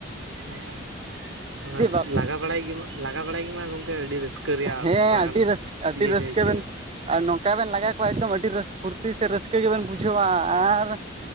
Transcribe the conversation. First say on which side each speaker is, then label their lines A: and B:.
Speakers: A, on the right (about 85°); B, on the right (about 30°).
A: ᱦᱩᱸ, ᱚᱱᱟ
B: ᱵᱟᱯ
A: ᱞᱟᱜᱟ ᱵᱟᱲᱟᱭ ᱜᱮ ᱢᱟ ᱞᱟᱜᱟ ᱵᱟᱲᱟᱭ ᱜᱮ ᱢᱟ ᱜᱚᱝᱠᱮ ᱟᱹᱰᱤ ᱨᱟᱹᱥᱼᱼ ᱠᱟᱹ ᱨᱮᱭᱟᱜ
B: ᱦᱮᱸ
A: ᱛᱷᱚᱲᱟ ᱜᱟᱱ
B: ᱟᱹᱰᱤ ᱨᱟᱹᱥᱠᱟᱹ ᱟᱹᱰᱤ
A: ᱤᱭᱟᱹ ᱧᱚᱜ
B: ᱨᱟᱹᱥᱠᱟᱹ
A: ᱟᱹᱭᱠᱟᱹᱜ
B: ᱵᱮᱱ
A: ᱾
B: ᱟᱨ ᱱᱚᱝᱠᱟ ᱵᱮᱱ ᱞᱟᱜᱟ ᱠᱚᱣᱟ ᱮᱠᱫᱚᱢ ᱟᱹᱰᱤ ᱨᱟᱹᱥ ᱯᱷᱩᱨᱛᱤ ᱥᱮ ᱨᱟᱹᱥᱠᱟᱹ ᱜᱮᱵᱮᱱ ᱵᱩᱡᱷᱟᱹᱣᱟ ᱟᱨᱼᱼ